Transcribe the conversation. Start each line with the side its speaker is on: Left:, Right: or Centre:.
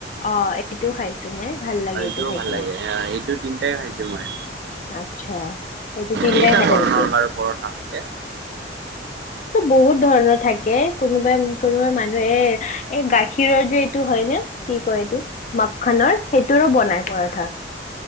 Left: অ' এইটোও খাইছো মই ভাল লাগে
Right: অ' এইটোও
Left: এইটো খাই
Right: ভাল
Left: কিনা
Right: লাগে অ এইটোত। তিনিটাই খাইছো মই।
Left: আচ্ছা এইটো তিনিটাই
Right: কেইটা
Left: খাই
Right: ধৰণৰ
Left: থৈ‌ দিছে।
Right: বাৰু পৰঠা থাকে
Left: বহুত ধৰণৰ থাকে কোনোবাই কোনোবাই মানুহে এ এ গাখীৰৰ যে এইটো হয় নে কি কয় এইটো মাখনৰ সেইটোৰো বনাই পৰঠা।